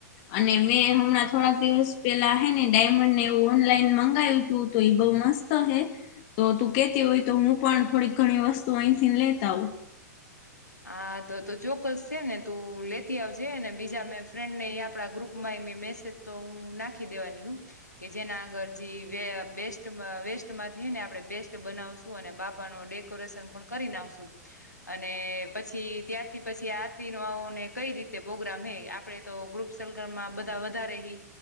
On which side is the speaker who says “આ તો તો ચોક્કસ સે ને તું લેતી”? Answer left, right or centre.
Left